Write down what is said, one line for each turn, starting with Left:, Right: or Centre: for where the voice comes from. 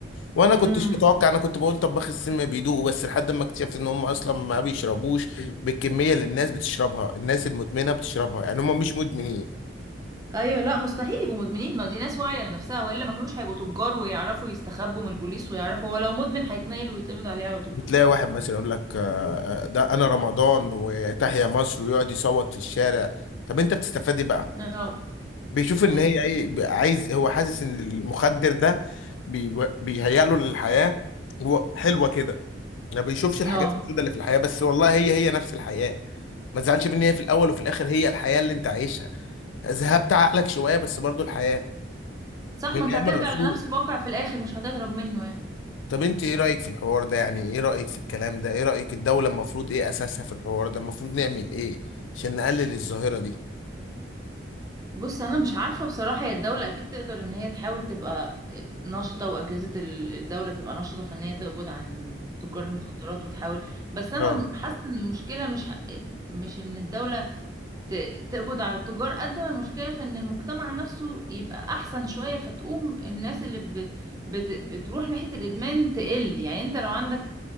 Left: وانا
Right: امم
Left: كنتش متوقع انا كنت بقول طباخ السم بيدوقوا بس لحد ما اكتشفت ان هم اصلا ما بيشربوش بالكميه اللي الناس بتشربها الناس المدمنه بتشربها يعني هم مش مدمنين
Right: ايوه لا مستحيل يبقوا مدمنين ما دي ناس واعيه لنفسها والا ما كانوش هيبقوا تجار ويعرفوا يستخبوا من البوليس ويعرفوا هو لو مدمن هيتنيل ويتقبض عليه على طول
Left: بتلاقي واحد مثلا يقول لك آه، آه، ده انا رمضان وتحيا مصر ويقعد يصوت في الشارع طب انت بتستفاد ايه بقى
Right: اه
Left: بيشوف ان
Right: ايوه
Left: هي ايه بي- عايز هو حاسس ان المخدر ده بي- بيهيأ له للحياه و- حلوه كده ما بيشوفش الحاجات
Right: اه
Left: السوداء اللي في الحياه بس والله هي هي نفس الحياه ما تزعلش مني هي في الاول وفي الاخر هي الحياه اللي انت عايشها ذهبت عقلك شويه بس برضو الحياه
Right: صح
Left: من
Right: ما انت
Left: ايام
Right: هترجع
Left: الرسول
Right: لنفس الواقع في الاخر مش هتهرب منه يعني
Left: طب انت ايه رايك في الحوار ده يعني ايه رايك في الكلام ده ايه رايك الدوله المفروض ايه اساسها في الحوار ده المفروض نعمل ايه عشان نقلل الظاهره دي
Right: بص انا مش عارفه بصراحه هي الدوله اكيد تقدر ان هي تحاول تبقى نشطه واجهزه ال- الدوله تبقى نشطه في ان هي تقبض عن تجار المخدرات وتحاول بس انا
Left: اه
Right: حاسه ان المشكله مش ه- مش ان الدوله ت- تقبض على التجار قد ما المشكلة في ان المجتمع نفسه يبقى احسن شوية فتقوم الناس اللي ب... بت... بتروح ناحية الادمان تقل يعني انت لو عندك